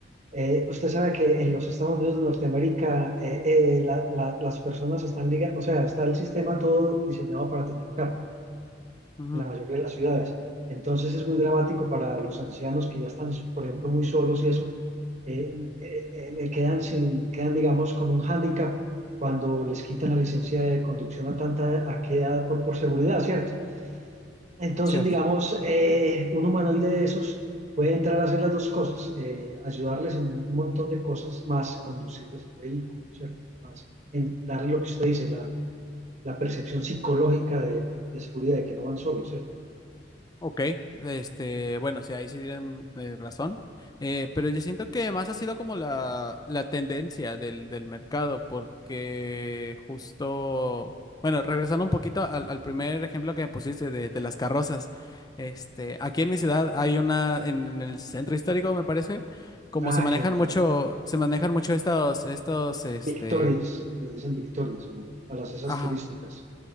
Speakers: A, on the right; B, on the left.
A: eh, usted sabe que en los Estados Unidos de Norteamérica eh, eh, la- la- las personas están ligadas, o sea, está el sistema todo diseñado para tener carro
B: ujú,
A: en la mayoría de las ciudades. Entonces es muy dramático para los ancianos que ya están, por ejemplo, muy solos y eso, eh, eh, eh, le quedan sin, quedan, digamos, con un hándicap cuando les quitan la licencia de conducción a tanta, a qué edad por, por seguridad, ¿cierto? Entonces,
B: cierto.
A: digamos, eh, un humanoide de esos puede entrar a hacer las dos cosas, eh, ayudarles en un montón de cosas, más conducirles el vehículo, ¿cierto? Más en darle lo que usted dice, la, la percepción psicológica de, de- de seguridad, de que no van solos, ¿cierto?
B: Ok, este, bueno, sí, ahí sí tienen eh, razón. Eh, pero yo siento que más ha sido como la, la tendencia del, del mercado, porque justo, bueno, regresando un poquito al, al primer ejemplo que me pusiste de, de las carrozas, este, aquí en mi ciudad hay una, en, en el centro histórico, me parece, como
A: Ah,
B: se manejan
A: que Mm,
B: mucho, se manejan mucho estos, estos, este,
A: victorias, les dicen victorias, ¿o no? A las esas
B: ajá,
A: turísticas,